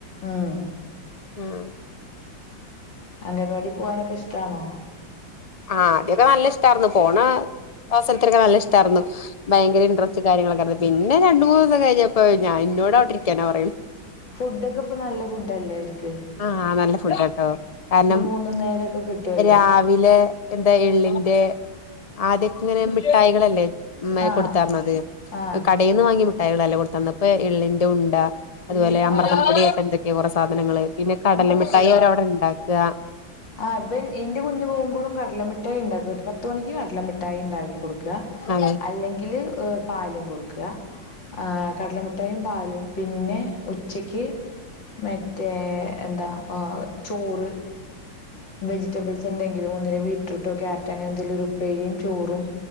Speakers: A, on the left (about 70°); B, on the left (about 50°).
A: ഉം
B: ഉം
A: അംഗൻവാടി പോവാനൊക്കെ ഇഷ്ടമാണോ
B: ആഹ അദ്യൊക്കെ നല്ല ഇഷ്ടായിരുന്നു പോണ അവസരത്തിലൊക്കെ നല്ല ഇഷ്ടായിരുന്നു ഭയങ്കര ഇൻറസ്റ്റ് കാര്യങ്ങളൊക്കെ ഇ പിന്നെ രണ്ട് മൂന്ന് ദിവസം കഴിഞ്ഞപ്പപ്പോ ഞാ എന്നോടവിടെ ഇരിക്കാനാ പറയും
A: ഫുഡ ഒക്കെ ഇപ്പൊ നല്ല ഫുഡ് അല്ലേ അവർക്ക്
B: ആഹ നല്ല ഫുഡ് ആട്ടോ കാരണം
A: മൂന്നും നേരൊക്കെ കിട്ടുവല്ലോ
B: രാവെ വിലെ എന്താ എള്ളിന്റെ ആദ്യക്ക ഇങ്ങനെ മിഠായികളല്ലേ മ
A: ആഹ്
B: കൊടുത്തർന്നത്
A: ആഹ്
B: കടയിൽ നിന്ന് വാങ്ങി മിട്ടായികളല്ലാം കൊടുത്തന്ന ഇപ്പൊ എള്ളിന്റെ ഉണ്ട അതുപോലെ അമൃതം
A: ആഹ്
B: പൊടിയൊക്കെ എന്തൊക്കെ കുറെ സാധനങ്ങള് പിന്നെ കടല മിഠായി അവര അവിടെ ഉണ്ടാക്കുക
A: ആഹ് വൻ എന്റെ കുഞ്ഞു പോകുമ്പോഴും കടലമിട്ടായി ഉണ്ടാക്കും ഒരു പത്ത മണിക്ക് കടലമിട്ടായി ഉ ഉണ്ടാക്കി കൊടുക്കുക
B: അതെ
A: അല്ലെങ്കിൽ പാലും കൊടുക്കുക ആഹ് കടല മുട്ടായും പാലും പിന്നെ ഉച്ചക്ക് മറ്റേ എന്താ ചോറ് വെജിറ്റബിൾ എന്തെങ്കിലും ഒന്നിനെ ബീറ്റ്‌റൂട്ട് കയാരറ്റ് അങ്ങനെ എന്തെങ്കിലും ഉപ്പേരിയും ചോറും